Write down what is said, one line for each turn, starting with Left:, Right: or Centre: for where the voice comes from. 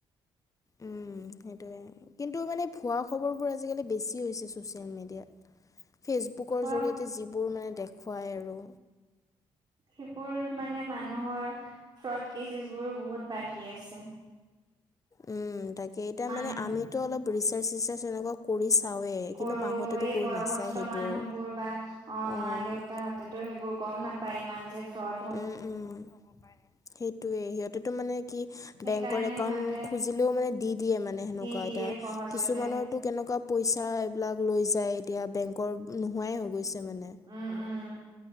Left: উম সেইটোৱে। কিন্তু মানে, ভুৱা খবৰবোৰ আজিকালি বেছি হৈছে, ছ'চিয়েল মিডিয়াত। ফেচবুকৰ
Right: খোৱা
Left: জৰিয়তে যিবোৰ মানে, দেখুৱায় আৰু।
Right: সেইবোৰ মানে, মানুহৰ ফ্ৰড কেছেছ বোৰো বহুত বাঢ়ি আছে।
Left: উম তাকে এতিয়া
Right: মানুহ
Left: মানে আমিতো অলপ ৰিচাৰ্চ চিচাৰ্চ এনেকুৱা কৰি চাওৱে,
Right: কৰো
Left: কিন্তু মা হঁতেতো
Right: এই
Left: কৰি
Right: বয়সস্থ
Left: নাচায় সেইবোৰ,
Right: মানুহবোৰ বা অ
Left: অঁ। অঁ
Right: মা দেউতাহঁতেতো
Left: মা -
Right: সেইবোৰ
Left: দেউতা
Right: গম
Left: হঁতেতো
Right: নাপায়
Left: সেইবোৰ
Right: ইমান
Left: গম
Right: যে ফ্ৰড
Left: নাপায় হব পাৰে। সেইটোয়ে, সিহঁতেতো মানে কি
Right: সেইকাৰণে
Left: বেংকৰ একাউণ্ট
Right: সিহঁতে
Left: খুজিলেও মানে দি দিয়ে মানে সেনেকুৱা
Right: দি
Left: এতিয়া
Right: দিয়ে সহজতে।
Left: কিছুমানৰ টো কেনেকুৱা পইচা এইবিলাক লৈ যায় এতিয়া বেংকৰ নোহোৱাই হৈ গৈছে মানে।
Right: উম উম,